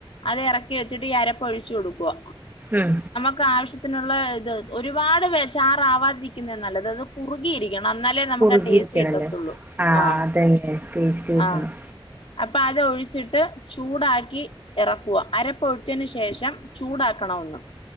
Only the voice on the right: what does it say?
ഉം
കുറുകിയിരിക്കണല്ലേ
അതന്നെ പേസ്റ്റ് കിട്ടണം